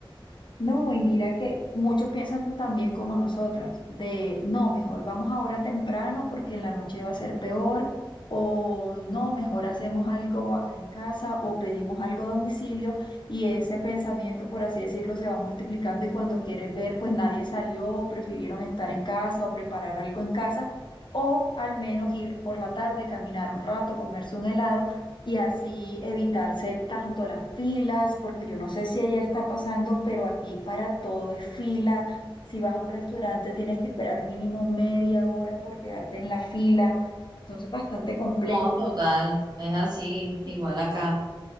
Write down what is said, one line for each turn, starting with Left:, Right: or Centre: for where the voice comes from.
Left: No, y mira que muchos piensan también como nosotras, de no, mejor vamos ahora temprano porque en la noche va a ser peor, o no, mejor hacemos algo acá en casa o pedimos algo a domicilio y ese pensamiento, por así decirlo, se va multiplicando y cuando quieres ver, pues nadie salió o prefirieron estar en casa o preparar algo en casa, o al menos ir por la tarde, caminar un rato, comerse un helado y así evitarse tanto las filas, porque yo no sé si allá está pasando, pero aquí para todo es fila. Si vas a un restaurante tienes que esperar mínimo media hora por quedarte en la fila. Entonces, bastante complejo.
Right: No, total, es así, igual acá.